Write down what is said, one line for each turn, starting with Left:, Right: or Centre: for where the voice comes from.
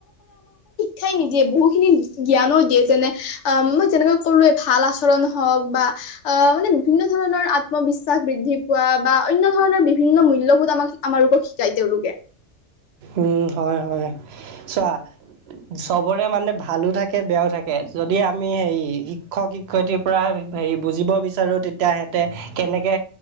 Left: ঠাই নিদিয়ে বহুখিনি জ্ঞানো দিয়ে যেনে অ মই যেনেকুৱা কৰো ভাল আচৰণ হওক বা অ মানে বিভিন্ন ধৰণৰ আত্মবিশ্বাস বৃদ্ধি পোৱা বা অনন্য়ণ ধৰণৰ বিভিন্ন মূল্যবোধ আমাক আমাৰ ৰোগক শিকাই তেওঁ ৰোগে
Right: উম হয় হয় চোৱা চবৰে মানে ভালো থাকে বেয়াও থাকে যদি আমি হে শিক্ষক শিক্ষয়িত্ৰী পৰা ব বিচো তেতিয়া কেনেকে